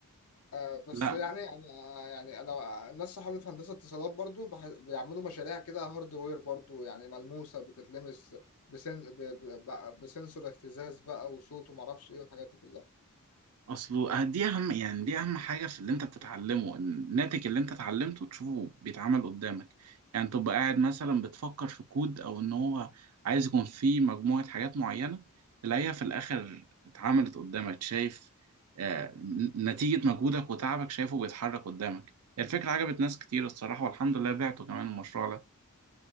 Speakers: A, on the left; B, on the right.
A: آه بس
B: لا
A: يعني انا يعني انا الناس صحابي في هندسه اتصالات برضو بح- بيعملوا مشاريع كده هاردوير برضو يعني ملموسه بتتلمس بسن ب- ب- ب- بسنسور اهتزاز بقى وصوت وما اعرفش ايه والحاجات دي كلها
B: اصله آه، دي اهم يعني دي اهم حاجه في اللي انت بتتعلمه إن الناتج اللي انت اتعلمته تشوفه بيتعمل قدامك يعني تبقى قاعد مثلا بتفكر في كود او ان هو عايز يكون فيه مجموعه حاجات معينه تلاقيها في الاخر اتعملت قدامك شايف آه نتيجه مجهودك وتعبك شايفه بيتحرك قدامك يعني الفكره عجبت ناس كتير الصراحه والحمد لله بعته كمان المشروع ده